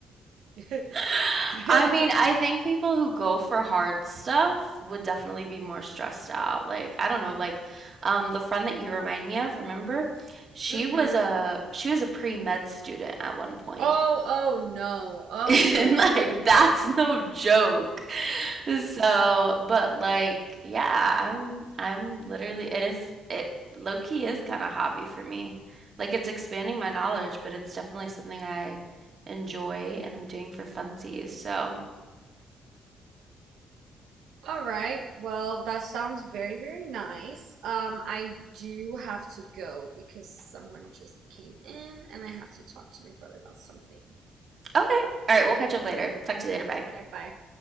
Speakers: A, on the right; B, on the right.
A: <laughs>
B: <laughs> I mean, I think people who go for hard stuff would definitely be more stressed out. Like, I don't know, like um the friend that you remind me of, remember? She
A: Mm-hmm.
B: was a she was a pre-med student at one point
A: Oh, oh no.
B: <laughs>
A: Oh
B: And
A: no way.
B: like that's no joke. So, but like yeah, I'm I'm literally it is it low key is kind of hobby for me. Like it's expanding my knowledge, but it's definitely something I enjoy and I'm doing for funsies. So,
A: All right. Well, that sounds very, very nice. Um, I do have to go because someone just came in and I have to talk to my brother about something.
B: okay. All right, we'll catch up later. Talk to you later. Bye.
A: All right, bye.